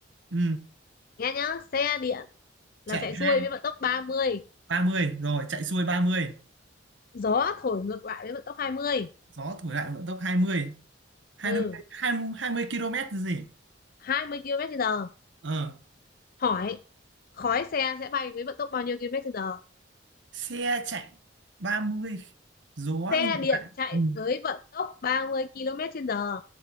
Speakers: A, on the right; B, on the left.
A: Ừ,
B: Nghe nhá. Xe điện là
A: chạy
B: chạy xuôi
A: hai
B: với vận tốc ba mươi
A: ba mươi rồi, chạy xuôi 30.
B: gió thổi ngược lại với vận tốc 20,
A: Gió thổi lại vận tốc hai mươi hai
B: ừ
A: mươi 20 20 km chứ gì?
B: 20 km trên giờ
A: Ờ,
B: hỏi khói xe sẽ bay với vận tốc bao nhiêu km trên giờ
A: xe chạy 30 gió
B: xe
A: ngược
B: điện
A: lại.
B: chạy
A: Ừ.
B: với vận tốc 30 km trên giờ